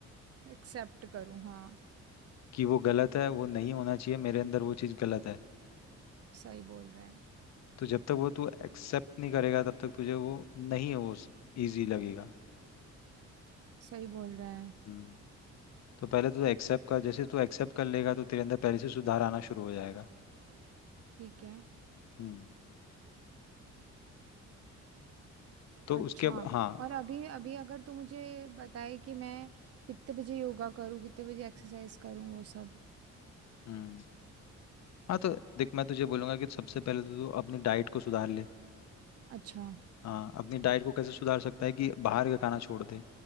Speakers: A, on the right; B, on the left.
A: एक्सेप्ट करूँ हाँ
B: कि वो गलत है वो नहीं होना चाहिए मेरे अंदर वो चीज़ गलत है
A: सही बोल रहा है
B: तो जब तक वो तू एक्सेप्ट नहीं करेगा तब तक तुझे वो नहीं वो ईजी लगेगा
A: सही बोल रहा है
B: हम्म तो पहले तू एक्सेप्ट कर जैसे तू एक्सेप्ट कर लेगा तो तेरे अंदर पहले से सुधार आना शुरू हो जाएगा
A: ठीक है
B: हम्म तो
A: अच्छा
B: उसके अब- हाँ
A: और अभी अभी अगर तू मुझे बताए कि मैं कितने बजे योगा करूँ कितने बजे एक्सरसाइज करूँ वो सब
B: हम्म हाँ तो देख मैं तुझे बोलूंगा कि सबसे पहले तो तू अपनी डाइट को सुधार ले
A: अच्छा
B: हाँ अपनी डाइट को कैसे सुधार सकता है कि बाहर का खाना छोड़ दे